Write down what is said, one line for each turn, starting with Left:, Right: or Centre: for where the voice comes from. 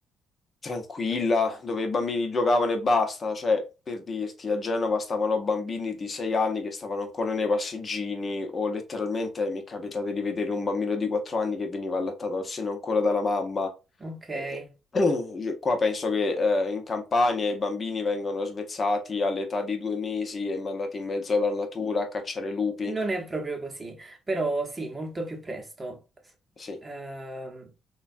Left: tranquilla, dove i bambini giocavano e basta, cioè per dirti, a Genova stavano bambini di sei anni che stavano ancora nei passeggini o letteralmente mi è capitato di vedere un bambino di quattro anni che veniva allattato al seno ancora dalla mamma.
Right: ok.
Left: E- e- <clears throat> qua penso che eh, in Campania i bambini vengono svezzati all'età di due mesi e mandati in mezzo alla natura a cacciare lupi.
Right: Non è proprio così, però sì, molto più presto. S-
Left: Sì.
Right: ehm,